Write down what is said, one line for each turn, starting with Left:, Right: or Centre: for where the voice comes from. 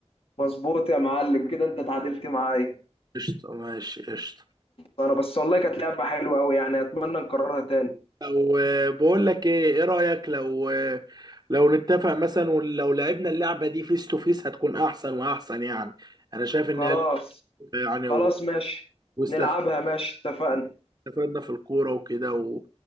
Left: مظبوط يا معلم كده انت اتعادلت معايا
Right: قشطة ماشي قشطة
Left: انا بس والله كانت لعبه حلوه قوي يعني اتمنى نكررها تاني
Right: لو آه، بقول لك ايه ايه رأيك لو آه، لو نتفق مثلا ولو لعبنا اللعبة دي فيس تو فيس هتكون احسن واحسن يعني انا شايف ان
Left: خلاص
Right: هي يعني
Left: خلاص
Right: و-
Left: ماشي
Right: واستف-
Left: نلعبها ماشي اتفقنا
Right: واستفدنا في الكورة وكده و...